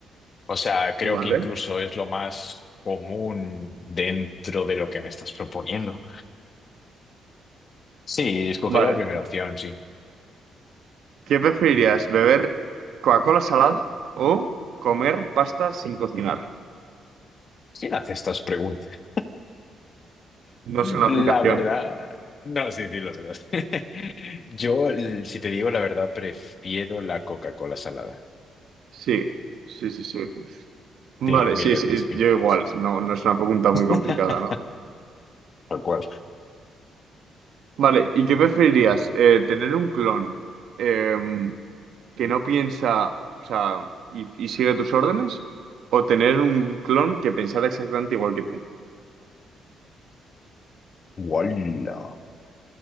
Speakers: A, on the left; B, on the right.
A: O sea, creo
B: Vale,
A: que incluso es lo más común dentro de lo que me estás proponiendo. Sí, escogería
B: vale.
A: la primera opción, sí.
B: ¿Qué preferirías, beber Coca-Cola salada o comer pasta sin cocinar?
A: ¿Quién hace estas preguntas?
B: No es una
A: La
B: aplicación.
A: verdad, no, sí, sí, lo sé, lo sé. <laughs> Yo, l- si te digo la verdad, prefiero la Coca-Cola salada.
B: Sí, sí, sí, sí. Vale,
A: Sí, mil
B: sí,
A: veces,
B: sí,
A: mil
B: yo
A: veces.
B: igual. No, no es una pregunta muy complicada,
A: <laughs>
B: ¿no?
A: Tal cual.
B: Vale, ¿y qué preferirías? Eh, ¿tener un clon eh, que no piensa, o sea, y, y sigue tus órdenes? ¿O tener un clon que pensara exactamente igual que tú?
A: ¡Wala!